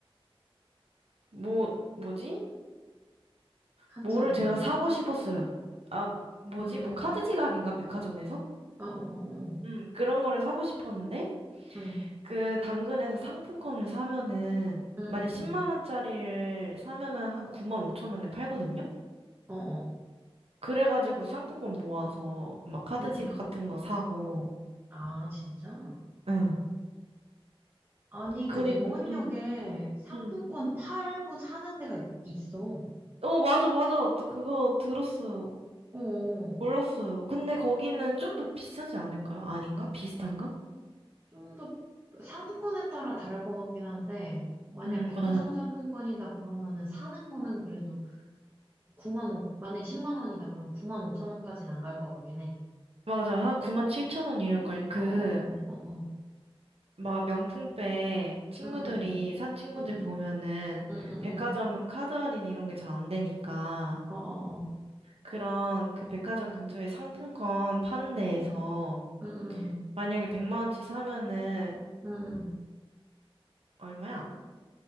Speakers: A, on the right; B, on the right.
A: 뭐, 뭐지?
B: 한참,
A: 뭐를 제가 사고 싶었어요. 아, 뭐지?
B: 응,
A: 뭐 카드 지갑인가? 백화점에서?
B: 어, 어, 어, 어,
A: 음, 그런 거를 사고 싶었는데
B: 응,
A: 그 당근에서 상품권을 사면은
B: 응, 응,
A: 만약 10만
B: 응,
A: 원짜리를 사면은 한 9만 5천 원에 팔거든요.
B: 어, 어,
A: 그래가지고 상품권 모아서 막 카드
B: 응,
A: 지갑
B: 응.
A: 같은 거 사고.
B: 아, 진짜?
A: 응.
B: 아니,
A: 그리고
B: 그 노원역에
A: 응.
B: 상품권
A: 응.
B: 팔고 사는 데가 있- 있어.
A: 어, 맞아, 맞아. 그거 들었어요.
B: 어.
A: 몰랐어요. 근데 거기는 좀 더 비싸지 않을까요? 아닌가? 비슷한가?
B: 좀 더 상품권에 따라 다를 것 같긴 한데, 만약
A: 음,
B: 백화점
A: 맞아.
B: 상품권이다 그러면은 사는 거는 그래도 구만 오 만약에 10만 원이다 그러면 9만 5천 원까지는 안 갈 것 같긴 해.
A: 맞아. 한 9만 7천 원 이럴걸. 그,
B: 어, 어, 어, 어, 어.
A: 막 명품백 친구들이
B: 응, 응,
A: 산 친구들
B: 응, 응,
A: 보면은
B: 응, 응, 응,
A: 백화점은
B: 응.
A: 카드 할인 이런 게 잘 안 되니까
B: 어, 어, 어.
A: 그런 그 백화점 근처에 상품권 파는 데에서
B: 응, 응, 응,
A: 만약에 100만 원치 사면은
B: 응, 응,
A: 얼마야?